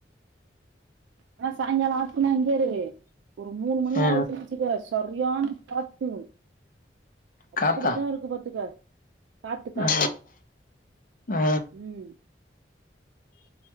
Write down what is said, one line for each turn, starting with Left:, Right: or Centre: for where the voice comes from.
Right: ஆனா சாய்ங்கால ஆச்சுனா <unintelligible> ஒரு மூணு மணி
Left: ஆ
Right: ஆயிச்சுச்சுக்க சரியான்னு காத்து அப்படித்தான்
Left: காத்தா
Right: இருக்கு பாத்துக்க காத்து காத்து
Left: ஆ ஆ
Right: உம்